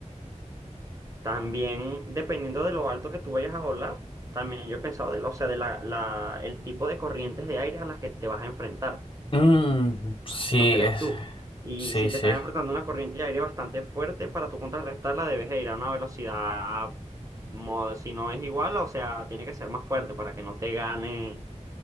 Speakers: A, on the right; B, on the left.
A: también, dependiendo de lo alto que tú vayas a volar, también yo he pensado de, la- o sea, de la, la- el tipo de corrientes de aire a las que te vas a enfrentar.
B: Mm, sí,
A: ¿No crees
B: es...
A: tú? Y
B: Sí,
A: si
B: sí.
A: te estás enfrentando a una corriente de aire bastante fuerte, para tú contrarrestarla debes ir a una velocidad, mo- si no es igual, o sea, tiene que ser más fuerte para que no te gane